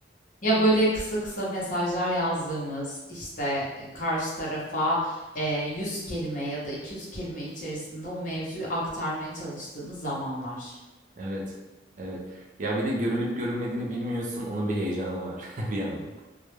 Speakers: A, on the left; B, on the right.
A: Ya böyle kısa kısa mesajlar yazdığımız işte e, karşı tarafa e, 100 kelime ya da 200 kelime içerisinde o mevzuyu aktarmaya çalıştığımız zamanlar.
B: Evet. Evet. Ya bir de görülüp görülmediğini bilmiyorsun. Onun bir heyecanı var <laughs> bir yandan.